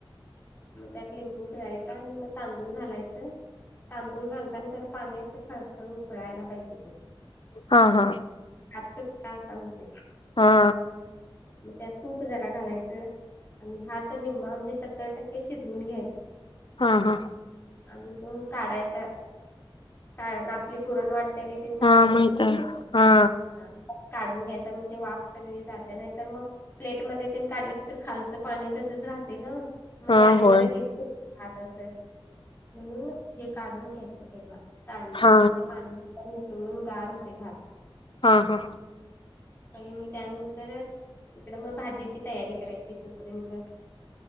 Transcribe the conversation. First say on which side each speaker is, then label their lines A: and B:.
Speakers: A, on the left; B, on the left.
A: मग त्यात लिंबू पिळायचा आणि मग तांदूळ घालायचं. तांदूळ घालताना तर पाणी असं खळखळ उकडायला पाहिजे‌.
B: हा हा.
A: आ चुकता असा होते.
B: हा.
A: मग त्यात तूप जरा घालायचं आणि भात निम्मा म्हणजे सत्तर टक्के ते शिजवून घ्यायच.
B: हा हा.
A: आणि तो काढायचा काढ आपली पुरण वाट त्या <unintelligible> चाळण
B: हा
A: असते
B: माहित
A: की?
B: आहे हा
A: हा काढून घ्यायचा म्हणजे वाफ सगळी जाते नाही तर मग, प्लेट मध्ये ते काढले तर खालचं पाणी तसच राहते ना. मग
B: हा
A: ते आणि
B: होय
A: जरा गिच होतंय भात अस म्हणून हे काढून घ्यायचं पहिला. चाळणीत
B: हा
A: म्हणजे पाणी निसळून गार होते भात.
B: हा हा.
A: आणि मग त्यानंतर इकड मग भाजीची तयारी करायची तोपर्यंत.